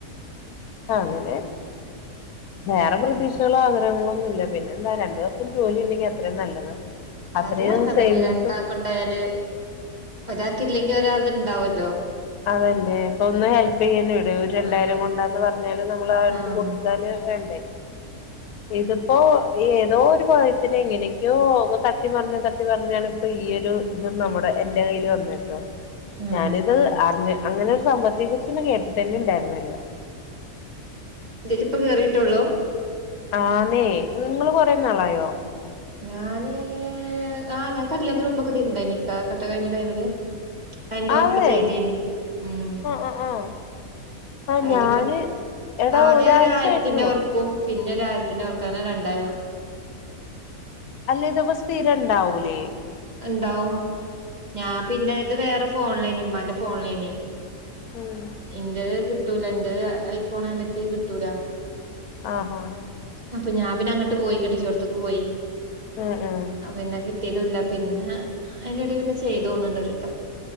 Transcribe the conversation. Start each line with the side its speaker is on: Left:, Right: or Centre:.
Left: ആ അങ്ങനെ വേറെ പ്രതീക്ഷകളോ ആഗ്രഹങ്ങളോ ഒന്നും ഇല്ല പിന്നെ എന്താ രണ്ടു പേർക്കും ജോലി ഉണ്ടെങ്കി അത്രയും നല്ലത് അത്രയും
Right: അത് നല്ലതന്ന
Left: സേവിങ്സും
Right: രണ്ടാക്ക് ഉണ്ടായാല് ഒരാൾക്ക് ഇല്ലെങ്കിൽ ഒരാൾത് ഇണ്ടാവല്ലോ
Left: അതല്ലേ ഇപ്പൊ ഒന്ന് ഹെൽപ് ചെയ്യാന ഇവിട രണ്ടായിരം
Right: ആഹ്
Left: കൊണ്ടാന്ന് പറഞ്ഞാല് നമ്മൾ ആ അടുത്ത്
Right: ആഹ് ആഹ്
Left: കൊടുക്കാന് വേണ്ടേ ഇതിപ്പോൊ ഏതോ ഒരു ഭയത്തിന് എങ്ങനക്കോ തട്ടി പറഞ്ഞഞ് തട്ടി പറഞ്ഞാണ് ഇപ്പൊ ഈയൊ ഒരു ഇത നമ്മുടെ എന്റെ കയ്ൽ വന്നെ ട്ടോ
Right: ഉം
Left: ഞാനിത് അറിഞ്ഞ അങ്ങനെ ഒരു സമ്പത്തെയെ കുറിച്ചന്നെ കേട്ടിട്ട്ന്നെ ഇണ്ടായിരുന്നില്ല.
Right: ദലിപ്പോ കയറിയിട്ടുള്ളൂ.
Left: ആന്നേ നിങ്ങള് കൊറെ നാളായോ?
Right: ഞാന് ആഹ് ഞാൻ കല്യാത്തിന് മുമ്പൊക്കെതിലുണ്ടായി നിക്കാഹക്കെ കഴിഞ്ഞ ടൈമില് രണ്ട് വർക്ക്
Left: അതെ
Right: ചെയ്തിന് ഉം
Left: ആഹ് ആഹ് ആഹ് ആഹ്
Right: അതിനിപ്പ
Left: ഞാന് എടാ
Right: ആദ്യം
Left: ഒരാഴ്ച
Right: ഒരുആയിരത്തിന്റെ
Left: ആയിട്ടുള്ളൂ
Right: വർക്കും പിന്നെ ഒരു ആയിരത്തിന്റെ വർക്കും അങ്ങനെ രണ്ടായിരം.
Left: അല്ല ഇതപ്പ സ്ഥിരം ഉണ്ടാവൂലേ.
Right: ഉണ്ടാവും ഞാൻ പിന്നെ ഇത് വേറെ ഫോണിലേനി ഉമ്മാന്റെ ഫോണിലേനീ
Left: ഉം
Right: എന്റേത് കിട്ടൂല എന്റത് ഐഫോൺ അയ്നെ കിട്ടൂല.
Left: ആഹ്‌ ആഹ്‌
Right: അപ്പൊ ഞാ പിന്ന അങ്ങട്ട് പോയി കെട്ടിചോട്ത്തക്ക് പോയി.
Left: ഏ ഏ ഏ
Right: അപ്പൊ പിന്നെ കിട്ടിയതുല്ല. പിന്നെ അയിന്റെടെ പിന്നെ ചെയ്തു തോന്നുണ്ട് ഒരട്ടം.